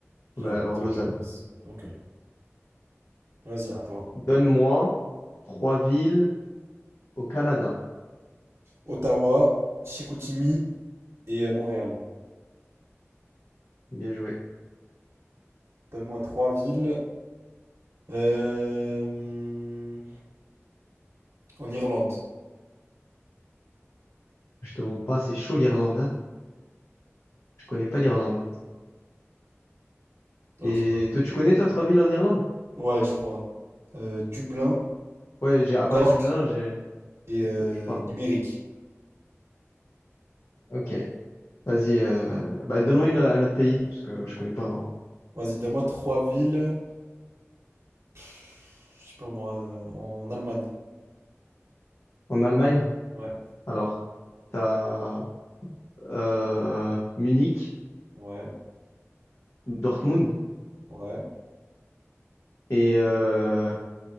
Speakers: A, on the right; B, on the left.
A: J'ai
B: Ah, Bah
A: un petit
B: alors, Lausanne.
A: avec la Beauce. Ok. Vas-y, à toi.
B: Donne-moi trois villes au Canada.
A: Ottawa, Chicoutimi et euh, Montréal.
B: Bien joué.
A: Donne-moi trois villes. Euh, En Irlande.
B: Je te demande pas, c'est chaud l'Irlande, hein. Je connais pas l'Irlande.
A: Ok.
B: Et toi, tu connais, toi, trois villes en Irlande?
A: Ouais, je crois. Euh, Dublin,
B: Ouais, j'ai, à part
A: Cork
B: Dublin, j'ai...
A: et euh,
B: Je sais pas.
A: Limerick.
B: Ok. Vas-y. euh, Bah, donne-moi une- un autre pays, parce que je connais pas. hein.
A: Vas-y, donne-moi trois villes. Pff, je sais pas moi, euh, en Allemagne.
B: En Allemagne,
A: Ouais,
B: alors, t'as euh, Munich,
A: ouais,
B: Dortmund
A: ouais,
B: et euh,